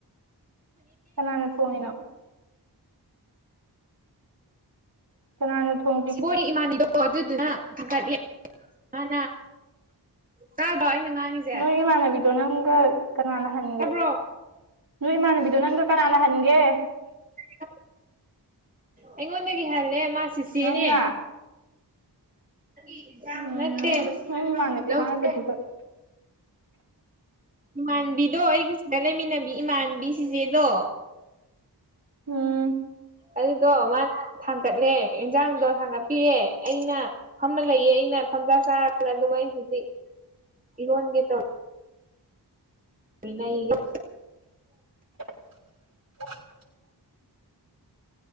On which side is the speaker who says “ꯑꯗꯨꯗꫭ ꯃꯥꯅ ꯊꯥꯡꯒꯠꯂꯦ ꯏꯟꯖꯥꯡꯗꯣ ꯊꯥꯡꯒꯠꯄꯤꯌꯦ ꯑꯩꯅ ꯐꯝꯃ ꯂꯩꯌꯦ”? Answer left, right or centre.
Right